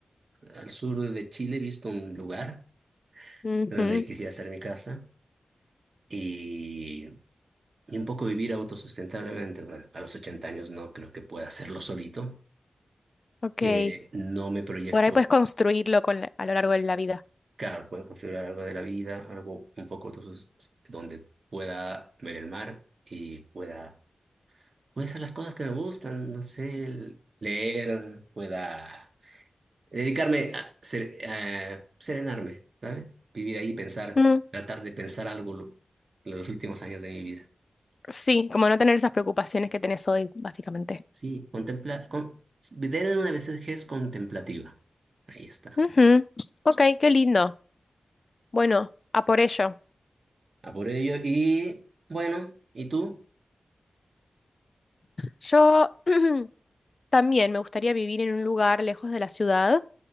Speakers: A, on the right; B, on the left.
A: al sur de Chile, he visto un lugar
B: Ujú,
A: donde quisiera hacer mi casa y, y un poco vivir autosustentablemente. Bueno, a los 80 años no creo que pueda hacerlo solito
B: ok.
A: Eh, no me proyecto,
B: Por ahí puedes construirlo con la- a lo largo de la vida.
A: claro, puedo configurar algo de la vida, algo un poco entonces, donde pueda ver el mar y pueda, puede hacer las cosas que me gustan, no sé, el- leer, pueda dedicarme a, ser- a serenarme, ¿sabes? Vivir ahí, pensar,
B: Mm,
A: tratar de pensar algo lo- los últimos años de mi vida.
B: sí, como no tener esas preocupaciones que tenés hoy, básicamente.
A: Sí, contemplar, con, tener una vejez contemplativa. Ahí está.
B: Ujú, ok, qué lindo. Bueno, a por ello.
A: A por ello, y bueno, ¿y tú?
B: Yo <clears throat> también me gustaría vivir en un lugar lejos de la ciudad.